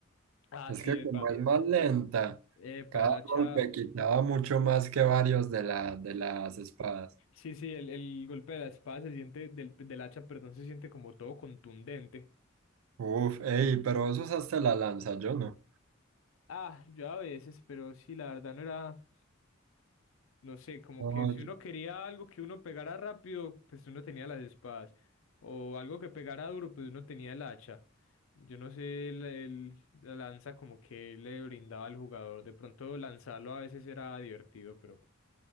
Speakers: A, on the left; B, on the right.
A: Ah,
B: Es
A: sí,
B: que
A: epa.
B: como es más lenta,
A: Epa,
B: cada
A: el hacha,
B: golpe quitaba mucho más que varios de la, de las espadas.
A: Sí, sí, el, el golpe de la espada se siente, del, del hacha, perdón, se siente como todo contundente.
B: Uf, ey, pero vos usaste la lanza, yo no.
A: Ah, yo a veces, pero sí, la verdad no era, no sé, como
B: No,
A: que si uno quería algo que uno pegara rápido, pues uno tenía las espadas. O algo que pegara duro, pues uno tenía el hacha. Yo no sé, el- el- la lanza como que le brindaba al jugador. De pronto lanzarlo a veces era divertido, pero